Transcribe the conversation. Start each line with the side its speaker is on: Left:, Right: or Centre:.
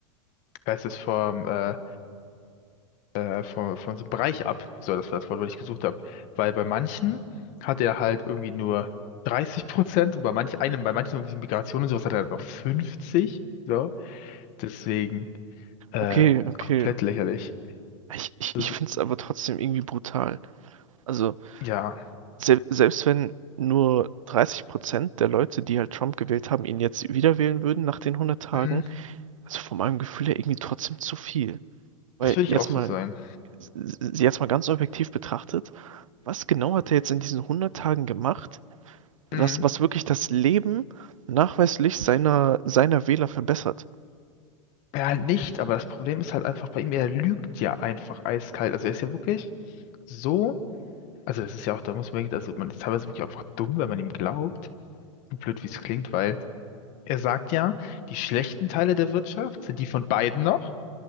Left: wie heißt es, vom, äh, äh, vom, von so einem Bereich ab. So, das war das Wort, was ich gesucht habe. Weil bei manchen hat er halt irgendwie nur 30 Prozent und bei manch einem, bei manchen irgendwie Migration und sowas hat er halt noch 50. So, deswegen. Äh,
Right: Okay, okay.
Left: komplett lächerlich.
Right: Ich, ich,
Left: Das,
Right: ich finde es aber trotzdem irgendwie brutal. Also,
Left: ja,
Right: sel selbst wenn nur 30% der Leute, die halt Trump gewählt haben, ihn jetzt wieder wählen würden nach den hundert Tagen,
Left: hm,
Right: also von meinem Gefühl her irgendwie trotzdem zu viel. Weil
Left: das würde ich
Right: jetzt
Left: auch so
Right: mal,
Left: sein.
Right: s- jetzt mal ganz objektiv betrachtet, was genau hat er jetzt in diesen hundert Tagen gemacht, was,
Left: Hm.
Right: was wirklich das Leben nachweislich seiner, seiner Wähler verbessert?
Left: Ja, halt nicht, aber das Problem ist halt einfach bei ihm, er lügt ja einfach eiskalt. Also er ist ja wirklich so, also das ist ja auch, da muss man wirklich, also man ist teilweise wirklich einfach dumm, wenn man ihm glaubt. So blöd, wie es klingt, weil er sagt ja, die schlechten Teile der Wirtschaft sind die von beiden noch